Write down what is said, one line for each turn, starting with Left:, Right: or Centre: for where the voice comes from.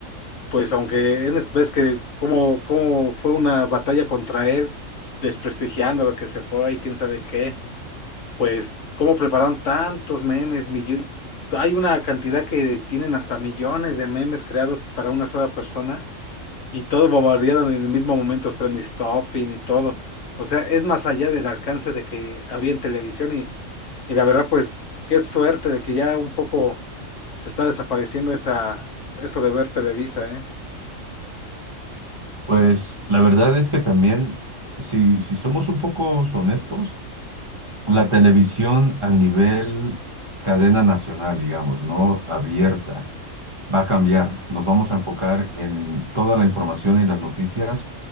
Left: pues aunque en, es- ves que cómo, cómo fue una batalla contra él, desprestigiando lo que se fue y quién sabe qué pues, cómo prepararon tantos memes, millo- hay una cantidad que tienen hasta millones de memes creados para una sola persona y todos bombardearon en el mismo momento, los trending topping y todo. O sea, es más allá del alcance de que había en televisión y, y la verdad, pues, qué suerte de que ya un poco se está desapareciendo esa, eso de ver Televisa, ¿eh?
Right: Pues la verdad es que también, si, si somos un poco honestos, La televisión a nivel cadena nacional, digamos, ¿no? Abierta, va a cambiar. Nos vamos a enfocar en toda la información y las noticias